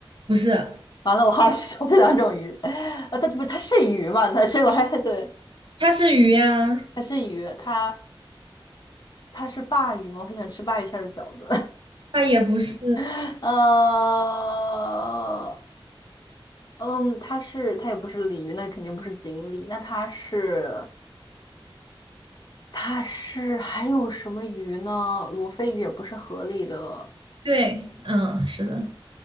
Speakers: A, on the right; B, on the left.
A: 不是。
B: 完了，我好想知道这两种鱼。啊，它不是它是鱼吗？它是我还对，
A: 它是鱼呀、
B: 它是鱼，它它是鲅鱼吗？我很喜欢吃鲅鱼馅儿的饺子。<laughs>
A: 它也不是。
B: <laughs> 呃，嗯，他是他也不是鲤鱼，那肯定不是锦鲤，那他是他是还有什么鱼呢？罗非鱼也不是河里的，
A: 对，嗯，是的，